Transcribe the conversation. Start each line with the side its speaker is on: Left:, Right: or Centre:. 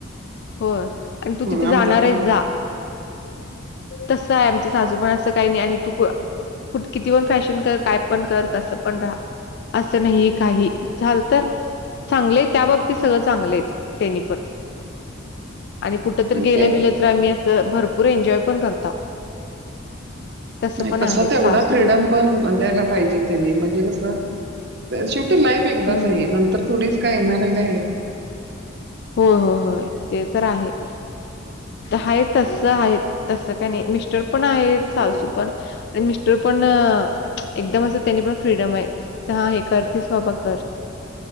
Left: होय, आणि तू तिथे
Right: आमच्यात
Left: जाणार आहेस
Right: पण
Left: जा. तसं आहे आमचे सासू पण असं काही नाही आणि तू <unintelligible> कुठ किती पण फॅशन कर, काय पण कर, कसं पण राहा. असं नाही ही काही झाल तर चांगले आहेत त्या बाबतीत सगळं चांगले आहेत तेनीपन. आणि कुठ तर गेलं
Right: ते
Left: गेलं बिल <inaudible> तर आम्ही असं भरपूर एन्जॉय पण करताव. तसं
Right: नाही
Left: पण
Right: तसा
Left: आहेत
Right: तेवढा
Left: सासू
Right: फ्रीडम पण द्यायला पाहिजे त्यांनी म्हणजे कस शेवटी लाईफ एकदाच
Left: हम्म.
Right: आहे ही. नंतर थोडी काय मला काय येत
Left: होय, होय, होय ते तर आहे. आहे तसं आहेत. तस काय नाही मिस्टर पण आहेत सासू पण आणि मिस्टर पण एकदम असं त्यांनी पण फ्रीडम आहे. त्या हे करतीस बाबा कर.